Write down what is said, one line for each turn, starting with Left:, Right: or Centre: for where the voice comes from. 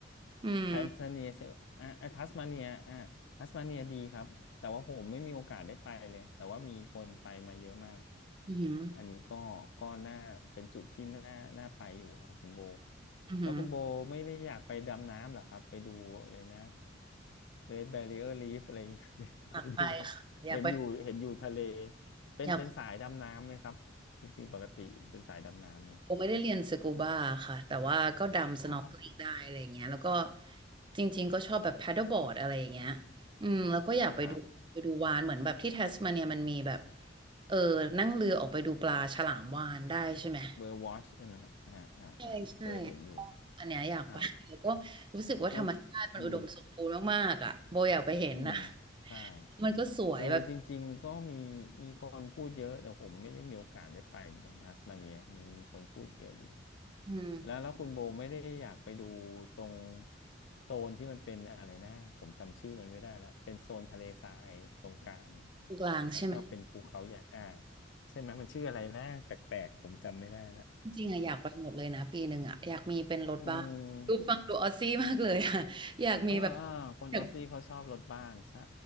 Right: อืม
Left: แทนซาเนียใช่ไหมอ่าอ่าทัสมาเนียอ่าทัสมาเนียดีครับแต่ว่าผมไม่มีโอกาสได้ไปเลยแต่ว่ามีคนไปมาเยอะมาก
Right: อืมอหืม
Left: อันนี้ก็ก็น่าเป็นจุดที่น่าน่าไปอยู่ครับคุณโบ
Right: ออือหือ
Left: แล้วคุณโบไม่ได้อยากไปดำน้ำเหรอครับไปดูเลยนะ Great Barrier Reef อะไรอย่างเงี้ย <laughs>
Right: อยากไปค่ะอยากไป
Left: ไปดูเห็นอยู่เห็นอยู่ทะเลเป็นเป็นสายดำน้ำไหมครับจริงๆปกติเป็นสายดำน้ำไหม
Right: อยาก ผมไม่ได้เรียนสกูบาค่ะแต่ว่าก็ดำสน็อกเกิลได้อะไรอย่างเงี้ยแล้วก็
Left: อ๋อ
Right: จริงๆก็ชอบแบบแพดเดิลบอร์ดอะไรอย่างเงี้ยอืมแล้วก็อยากไปดูไปดูวาฬเหมือนแบบที่แทสมาเนียมันมีแบบ
Left: ครับ
Right: เออนั่งเรือออกไปดูปลาฉลามวาฬได้ใช่ไหม
Left: เบอร์วอชใช่ไหมฮะอ่าอ่าอ่าเคยเห็นอยู่
Right: ใช่ใช่ก็อันเนี้ยอยากไปแล้วก็รู้สึกว่าธรรมชาติมันอุดมสมบูรณ์มากๆอ่ะโบอยากไปเห็นนะ
Left: ครับมันอืมอืมใช่
Right: มันก็สวยแบบ
Left: คือจริงๆก็มีมีคนพูดเยอะแต่ผมไม่ได้มีโอกาสได้ไปเหมือนกันทัสมาเนียมีมีคนพูดเยอะอยู่
Right: อืม
Left: แล้วแล้วคุณโบไม่ได้อยากไปดูตรงโซนที่มันเป็นอะไรนะผมจำชื่อมันไม่ได้ละเป็นโซนทะเลทรายตรงกลางอะ
Right: ตรงกลางใช่ไหม
Left: แล้วก็เป็นภูเขาใหญ่อ่าใช่ไหมมันชื่ออะไรนะแปลกๆผมจำไม่ได้ละ
Right: จริงๆอะอยากไปหมดเลยนะปีหนึ่งอะอยากมีเป็นรถบ้านดูฟังดูออซซี่มากเลยอะ
Left: อืม
Right: <laughs> อยากมีแบบ
Left: อ่าอ่าคนออสซี่เขาชอบรถบ้านใช่
Right: อยาก